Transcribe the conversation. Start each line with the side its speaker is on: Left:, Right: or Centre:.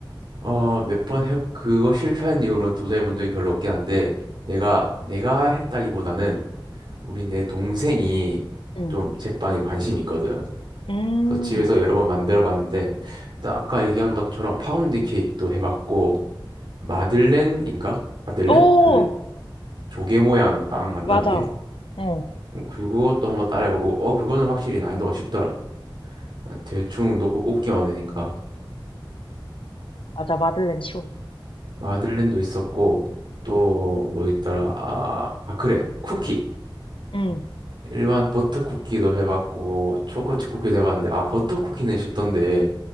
Right: 어, 몇 번 해 그거 실패한 이후로 도전해 본 적이 별로 없긴 한데 내가 내가 했다기보다는 우리 내 동생이
Left: 응.
Right: 좀 제빵에 관심이 있거든.
Left: 음.
Right: 그래서 집에서 여러 번 만들어 봤는데 일단 아까 얘기한 것처럼 파운드 케이크도 해 봤고 마들렌인가? 마들렌?
Left: 어,
Right: 그 조개 모양 빵 맞나
Left: 맞아.
Right: 그게?
Left: 어,
Right: 그것도 한번 따라해 보고 어 그거는 확실히 난이도가 쉽더라. 대충 놓고 굽기만 하면 되니까.
Left: 맞아. 마들렌 쇼.
Right: 마들렌도 있었고 또 뭐 있더라 아, 아 그래 쿠키
Left: 응,
Right: 일반 버터 쿠키도 해봤고 초코칩 쿠키도 해봤는데 아 버터 쿠키는 쉽던데